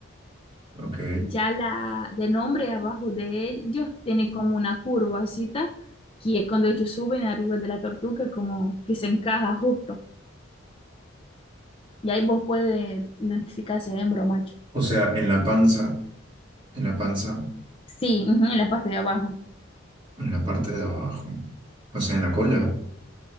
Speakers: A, on the right (about 25°); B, on the left (about 25°).
A: Ok.
B: ya la de nombre abajo de ellos tiene como una curvacita, que es cuando ellos suben arriba de la tortuga, como que se encaja justo, y ahí vos puedes identificar si es hembra o macho.
A: O sea, en la panza, en la panza,
B: Sí, ujú, en la parte de abajo.
A: en la parte de abajo. O sea, en la cola.
B: Exacto.